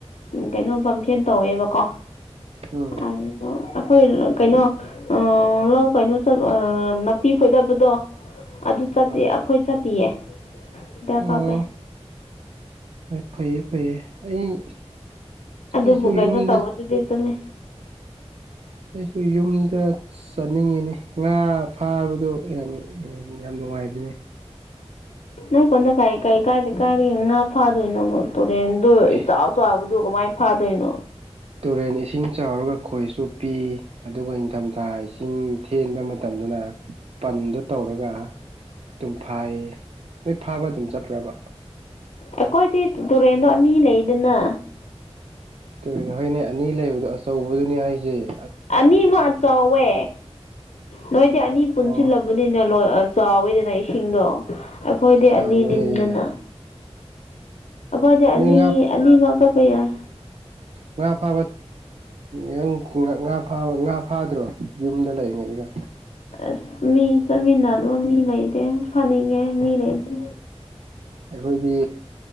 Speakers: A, on the left; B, on the right.
A: ꯀꯩꯅꯣ ꯄꯝꯐꯦꯟ ꯇꯧꯋꯦꯕꯀꯣ
B: ꯎꯝ
A: ꯑꯗꯨ ꯑꯈꯣꯏ ꯀꯩꯅꯣ ꯑꯥ ꯂꯧ ꯀꯩꯅꯣꯠ ꯅꯥꯄꯤ ꯐꯣꯏꯗꯕꯗꯣ ꯑꯗꯨ ꯆꯠꯇ
B: ꯍꯣꯏ
A: ꯑꯈꯣꯏ ꯆꯠꯇꯤꯌꯦ ꯍꯤꯗꯥꯛ
B: ꯑꯣ
A: ꯀꯥꯞꯄꯦ
B: ꯐꯩꯌꯦ ꯐꯩꯌꯦ ꯑꯩ
A: ꯑꯗꯨꯕꯨ
B: ꯑꯩꯁꯨ
A: ꯀꯩꯅꯣ
B: ꯌꯨꯝꯗ
A: ꯇꯧꯕꯗꯨꯗꯤ ꯆꯠꯂꯦ
B: ꯑꯩꯁꯨ ꯌꯨꯝꯗ ꯆꯠꯅꯤꯡꯉꯤꯅꯦ ꯉꯥ ꯐꯥꯕꯗꯣ ꯌꯥꯝ ꯌꯥꯝ ꯅꯨꯡꯉꯥꯏꯕꯅꯦ
A: <inaudible> ꯅꯪ ꯀꯣꯟꯗ ꯀꯥꯏ ꯀꯥꯏ ꯀꯥꯏꯗ ꯀꯥꯏꯔꯦ ꯉꯥ ꯐꯥꯗꯣꯏꯅꯣ ꯇꯨꯔꯦꯟꯗ
B: ꯑꯦ
A: ꯏꯆꯥꯎ ꯑꯗꯨ ꯀꯃꯥꯏꯅ ꯐꯥꯗꯣꯏꯅꯣ
B: ꯇꯨꯔꯦꯟ ꯏꯁꯤꯡ ꯆꯥꯎꯔꯒ ꯈꯣꯏ ꯆꯣꯞꯄꯤ ꯑꯗꯨꯒ ꯏꯊꯝꯊꯥ ꯏꯁꯤꯡ ꯊꯦꯟꯕ ꯃꯇꯝ ꯃꯇꯝꯗꯅ ꯄꯟꯗꯣ ꯇꯧꯔꯒ ꯑꯗꯨꯝ ꯐꯥꯏꯌꯦ ꯅꯣꯏ ꯐꯥꯕ ꯑꯗꯨꯝ ꯆꯠꯄ꯭ꯔꯕ
A: ꯑꯩꯈꯣꯏꯗꯤ ꯇꯨꯔꯦꯟꯗꯣ ꯑꯅꯤ ꯂꯩꯗꯅ
B: ꯅꯣꯏꯅꯦ ꯑꯅꯤ ꯂꯩꯕꯗꯣ ꯑꯆꯧꯕꯗꯨꯅꯤ ꯍꯥꯏꯖꯩ
A: ꯑꯅꯤꯃ ꯆꯧꯋꯦ ꯅꯣꯏꯗꯤ ꯑꯅꯤ ꯄꯨꯟꯁꯤꯜꯂꯕꯅꯤꯅ
B: ꯑꯣ
A: ꯂꯣꯏ ꯆꯥꯎꯋꯦꯗꯅ ꯑꯩ ꯁꯤꯡꯗꯣ ꯑꯈꯣꯏꯗꯤ
B: ꯆꯥꯎꯋꯦ
A: ꯑꯅꯤꯅꯤꯗꯅ ꯑꯈꯣꯏꯗꯤ ꯑꯅꯤ
B: ꯅꯣꯏ ꯉꯥ
A: ꯑꯅꯤꯃꯛ ꯆꯠꯄ ꯌꯥꯏ
B: ꯉꯥ ꯐꯥꯕ ꯪ ꯉꯥꯥꯕ ꯉꯥ ꯐꯥꯗ꯭ꯔꯣ ꯌꯨꯝꯗ ꯂꯩꯔꯤꯉꯩꯗꯒ
A: ꯑ ꯃꯤ ꯆꯠꯃꯤꯟꯅ ꯑꯗꯨꯕ ꯃꯤ ꯂꯩꯗꯦ ꯐꯅꯤꯡꯉꯦ ꯃꯤ ꯂꯩꯇꯦ
B: ꯑꯈꯣꯏꯗꯤ